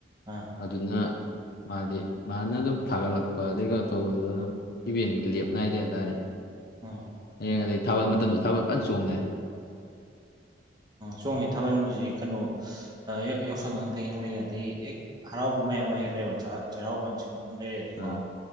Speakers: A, on the right; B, on the left.
A: ꯑꯥ
B: ꯑꯗꯨꯅ ꯃꯥꯗꯤ ꯃꯥꯅ ꯑꯗꯨꯝ ꯊꯥꯒꯠꯂꯛꯄ ꯑꯗꯩ ꯀꯩꯅꯣ ꯇꯧꯕꯗꯨꯗ ꯑꯗꯨꯝ ꯏꯚꯦꯟꯗꯤ ꯂꯦꯞ ꯅꯥꯏꯗꯦ ꯍꯥꯏꯇꯥꯔꯦ
A: ꯎ
B: ꯍꯌꯦꯡ ꯑꯗꯗꯒꯤ ꯊꯥꯕꯜ ꯃꯇꯝꯗꯁꯨ ꯊꯥꯕꯜ ꯐꯅ ꯆꯣꯡꯅꯩ
A: ꯆꯣꯡꯉꯤ ꯊꯥꯕꯜꯁꯤ ꯀꯩꯅꯣ ꯌꯥꯎꯁꯪꯒ ꯀꯩꯀꯪ ꯂꯩ ꯑꯗꯩ ꯍꯦꯛ ꯍꯔꯥꯎ ꯀꯨꯝꯍꯩ ꯑꯃ ꯍꯦꯛ ꯂꯩꯕ ꯆꯩꯔꯥꯎꯕꯆꯤꯡꯕ ꯁꯨꯝ ꯂꯩꯔꯗꯤꯀꯣ
B: ꯑꯥ